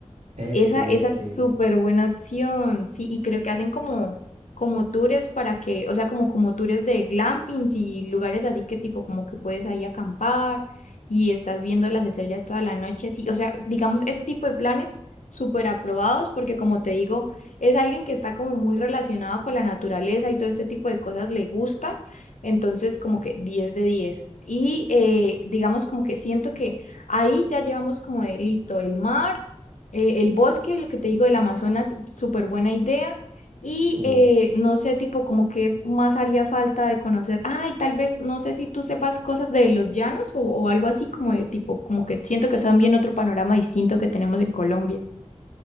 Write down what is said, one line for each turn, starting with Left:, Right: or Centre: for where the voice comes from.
Right: Ese,
Left: Esa, esa
Right: ese,
Left: es súper
Right: ese.
Left: buena opción, sí, y creo que hacen como, como tours para que, o sea, como, como tours de glampings y lugares así que tipo como que puedes ahí acampar y estás viendo las estrellas toda la noche, sí, o sea, digamos, ese tipo de planes súper aprobados porque como te digo, es alguien que está como muy relacionado con la naturaleza y todo este tipo de cosas le gusta entonces como que diez de diez Y eh, digamos como que siento que ahí ya llevamos como de listo el mar eh, el bosque, lo que te digo del Amazonas, súper buena idea. Y
Right: Sí.
Left: eh, no sé, tipo, como qué más haría falta de conocer. Ay, tal vez, no sé si tú sepas cosas de los llanos o, o algo así, como de tipo, como que siento que es también otro panorama distinto que tenemos en Colombia.